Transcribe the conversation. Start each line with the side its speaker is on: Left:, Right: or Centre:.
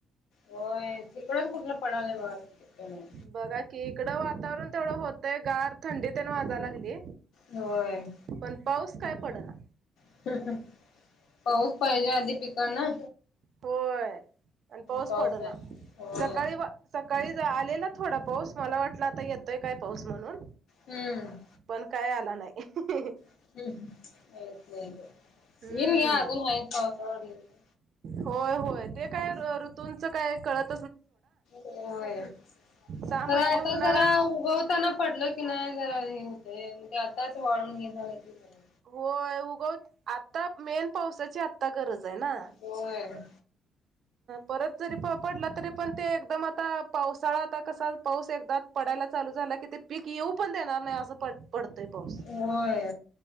Left: होय तिकडच कुठलं पडायलाय बघा की. <unintelligible>
Right: बघा कि इकडं वातावरण तेवढं होतय गार थंडी तेन वाजाय लागली.
Left: होय.
Right: पण पाऊस काय पडना.
Left: <unintelligible> पाऊस पाहिजे आधी पिकांना.
Right: होय आणि पाऊस
Left: पावसा
Right: पडना
Left: होय.
Right: सकाळी वा सकाळी आलेला थोडा पाऊस मला वाटला आता येतोय काय पाऊस म्हणून
Left: हम्म
Right: पण काय आला नाही हाहा.
Left: <inaudible> <unintelligible>
Right: हम्म होय -होय ते काय ऋतूच काय कळत
Left: होय
Right: सहा महिने
Left: तर आता
Right: उन्हाळा
Left: जरा उगवताना पडलंय कि नाही जरा हे होते म्हणजे आताच वळून निघालंय की काय.
Right: होय उगवत आता मेन पावसाची आता गरज आहे ना.
Left: होय.
Right: परत जरी प पडला तरी पण ते एकदम आता पावसाळा आता कसा पाऊस एकदा पडायला चालू झालं की ते पीक येऊ पण देणार नाही असं प पडतोय पाऊस
Left: होय.